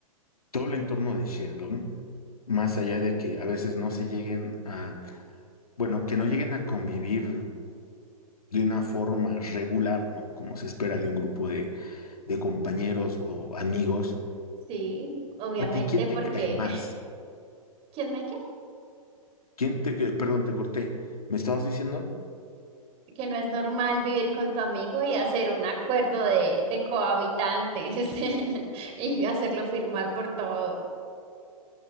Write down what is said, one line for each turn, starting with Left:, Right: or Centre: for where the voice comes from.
Left: todo el entorno de Sheldon, más allá de que a veces no se lleguen a, bueno, que no lleguen a convivir de una forma regular, ¿no? Como se espera de un grupo de, de compañeros o amigos.
Right: Sí, obviamente,
Left: ¿A ti quién
Right: porque
Left: te cae más?
Right: <laughs> ¿quién me qué?
Left: ¿Quién te, que- perdón, te corté. ¿Me estabas diciendo?
Right: Que no es normal vivir con tu amigo y hacer un acuerdo de, de cohabitantes <laughs> y hacerlo firmar por todo.